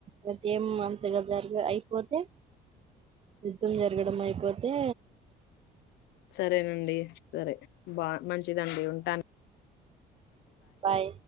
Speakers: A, on the right; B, on the left.
A: అ ఏం అంతగా జరి అయిపోతే యుద్ధం జరగడం అయిపోతే
B: సరేనండి సరే బా మంచి దండి ఉంటాను
A: బాయ్